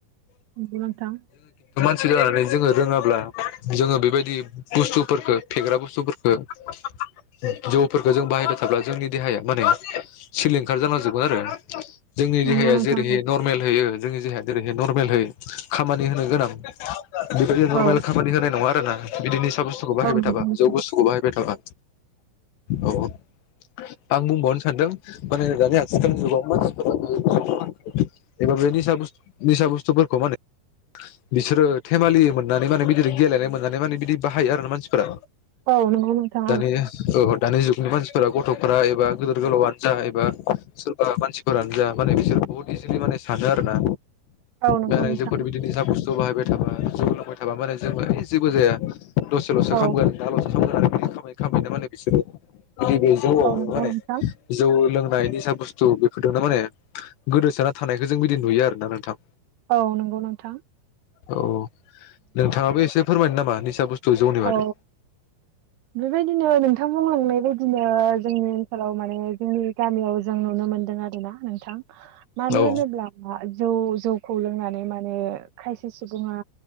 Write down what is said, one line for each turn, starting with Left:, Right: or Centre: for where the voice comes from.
Right: नंगौ ना नोंथा।
Left: सि दानानै जोङो रोङाब्ला जोङो बेबायदि बुस्थुफोरखौ फेग्रा बुस्थुफोरफोरखौ जौफोरखौ जों बाहायबाय थाब्ला जोंनि देहाया माने सिलिंखार जालांजोबगोन आरो जोंनि
Right: नंगौ
Left: देहाया
Right: नोंथां
Left: जेरैहोयो
Right: औ
Left: नरमेल होयो जोंनि देहाया जेरैहोयो‌ नरमेल होयो। खामानि होनो गोनां बेबायदि नरमेल
Right: औ
Left: खामानि होनाय नङा आरोना बिदिनो जौ‌ बुस्थुखौ बाहायबाय
Right: औ नंगौ
Left: थाबा
Right: नोंथां
Left: जौ बुस्थुखौ बाहायबाय थाबा औ औ आं बुंबावनो सानदों माने दानि आथिखालनि जुगाव मानसिफोरा
Right: <inaudible>
Left: एबा बे निसा बुस्थ निसा बुस्थुफोरखौ माने बिसोरो थेमालि मोननानै माने बिदिनो गेलेनाय मोननानै माने बिदि बाहायो आरो ना मानसिफोरा
Right: औ नंगौ नोंथां
Left: दानि औ दानि जुगनि मानसि सोरबा गथ'फोरा एबा गिदोर गोलावयानो जा एबा सोरबा मानसि फोरानो जा माने बिसोर बहुत इजिलि माने सानो आरोना
Right: औ नंगौ
Left: बे
Right: नोंथां
Left: आजेंफोर बिदिनोसा बुस्थु द बाहायबाय थाबा जौ लांबाय थाबा माने जोंबो जेबो जाया दसेल'सो
Right: औ
Left: खामगोन दालसो जौ गोरान खामै - खामै माने बिसोरो नैबे जौआव
Right: नंगौ
Left: माने
Right: नोंथां
Left: जौ लों नाय निसा बुस्थु बेफोरजोंनो माने गोदोसोना थानायखौ जों बिदि नुयो आरोना नोंथां
Right: औ नंगौ नोंथां
Left: औ नोंथाङाबो एसे फोरमायनो नामा निसा बुस्थु जौनि बादै
Right: औ बेबायदिनो नोंथां बुंलांनाय बायदिनो जोंनि ओनसोलाव माने जोंनि गामियाव जों नुनो मोनदों आरोना नोंथां मानो
Left: औ
Right: होनोब्ला जौ जौखौ लोंनानै माने खायसे सुबुङा